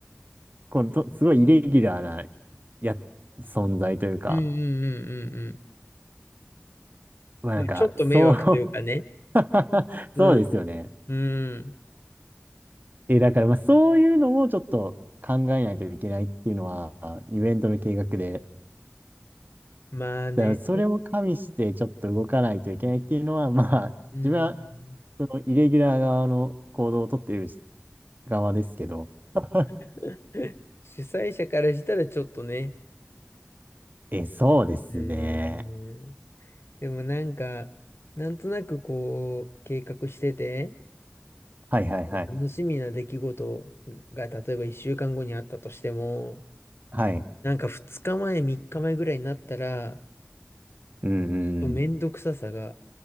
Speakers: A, on the right (about 45°); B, on the left (about 65°).
A: このと、すごいイレギュラーなや、存在というか、
B: うんうんうんうんうん。
A: まあなんか、
B: まあ、ちょっと迷惑というかね。
A: そう <laughs>
B: うん。
A: そうですよね。
B: うん。
A: え、だからまあそういうのもちょっと考えないといけないっていうのは、イベントの計画で、
B: まあね。
A: だからそれも加味してちょっと動かないといけないっていうのは、まあ、
B: うん。
A: 自分はそのイレギュラー側の行動をとっている側ですけど。<laughs>
B: <laughs> 主催者からしたらちょっとね。
A: え、そうですね。
B: うーん。でもなんか、なんとなくこう、計画してて、
A: はいはいはい。
B: 楽しみな出来事が、例えば1週間後にあったとしても、
A: はい。
B: なんか2日前、3日前ぐらいになったら、
A: うんうんうん。
B: とめんどくささが